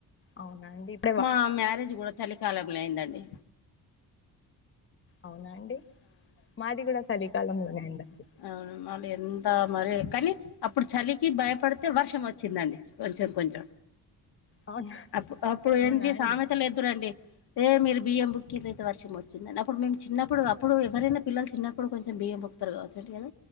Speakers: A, on the left; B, on the left.
A: అవునండి ఇప్
B: మా మ్యారేజ్ గూడ చలికాలయిందండి
A: అవునా అండి మాది గూడ సలికాలంలోనే అయిందండి
B: అవున మాలి ఎంత మరీ కాని అప్పుడు చలికి భయపడుతే వర్షం వచ్చిందండి కొంచం కొంచం
A: అవునా
B: అప్ అప్పుడు
A: అవునా
B: ఏంటి
A: అండి
B: సామెతలు ఎదురండి ఏ మీరు బియ్యం బుక్కి రాయితే వర్షం వచ్చిందని అప్పుడు మేము చిన్నప్పుడు అప్పుడు ఎవరైనా, పిల్లలు చిన్నప్పుడు కొంచం బియ్యం బుక్కుతారు గావోచ్చు. రెంట్ ఇయన